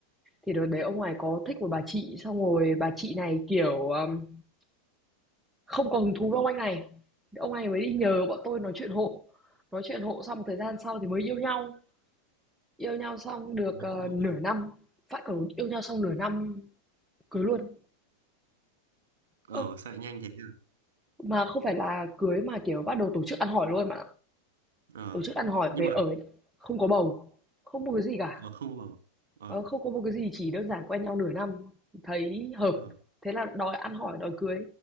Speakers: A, in the centre; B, on the right (about 60°).
A: Thì đợt đấy ông này có thích một bà chị xong rồi bà chị này kiểu um, không còn hứng thú với ông anh này. Ông này mới đi nhờ bọn tôi nói chuyện hộ. Nói chuyện hộ xong một thời gian sau thì mới yêu nhau. Yêu nhau xong được
B: Mà
A: ờ,
B: cũng muộn
A: nửa
B: luôn.
A: năm, phải còn yêu nhau xong nửa năm cưới luôn.
B: Ờ
A: Ơ,
B: sao lại nhanh thế nhỉ?
A: mà không phải là cưới mà kiểu bắt đầu tổ chức ăn hỏi luôn mà
B: Ờ.
A: Tổ chức ăn hỏi
B: Nhưng
A: về
B: mà
A: ở không có bầu, không một cái gì cả.
B: ờ không vào. Ờ
A: Ờ, không có một cái gì, chỉ đơn giản quen nhau nửa năm, thấy hợp,
B: ờ
A: thế là đòi ăn hỏi, đòi cưới.